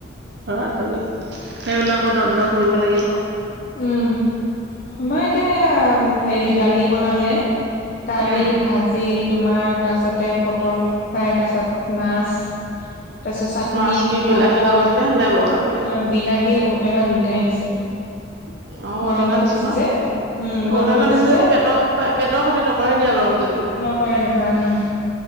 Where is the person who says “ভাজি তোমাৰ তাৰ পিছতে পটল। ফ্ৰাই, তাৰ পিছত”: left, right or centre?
Left